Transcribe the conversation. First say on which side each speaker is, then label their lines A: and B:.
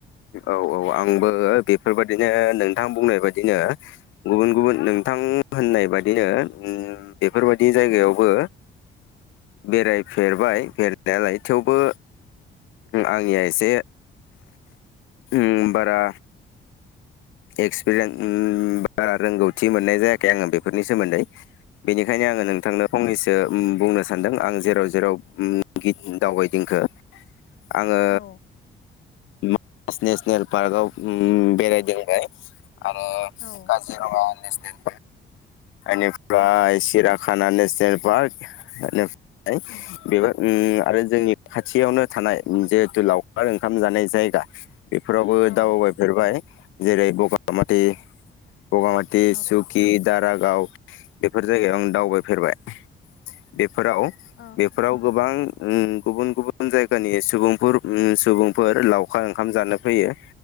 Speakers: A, on the left; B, on the left.
A: औ औ आंबो बेफोरबायदिनो नोंथां बुंनाय बायदिनो गुबुन गुबुन नोंथां होननाय बादिनो बेफोरबायदि जायगायावबो बेरायफेरबाय फेरनायालाय थेवबो आंनिया एसे उ बारा एक्सपिरियेन्स बारा रोंगौथि मोननाय जायाखै आङो बेफोरनि सोमोन्दै। बेनिखायनो आङो
B: औ
A: नोंथांनो फंनैसो ओ बुंनो सानदों आं जेराव जेरावखि दावबायदिंखो आङो
B: औ
A: <unintelligible> नेसनेल पार्कआव उम बेरायदोंबाय। आरो
B: औ
A: काजिरङा नेसनेल एनिफ्राय
B: औ
A: सिरां खाना नेसनेल पार्क <inaudible> बेबो उम आरो जोंनि खाथियावनो थानाय जिहेथु लावखार ओंखाम जानाय जायगा बेफोरावबो
B: औ
A: दावबायफेरबाय। जेरै बगामाथि बगामाथि
B: औ
A: सुकि। दारागाव बेफोर जायगायाव आं दावबायफेरबाय। बेफोराव
B: औ
A: बेफोराव गोबां गुबुन गुबुन जायगानि सुबुंफोर उम सुबुंफोर लाव अखा ओंखाम जानो फैयो।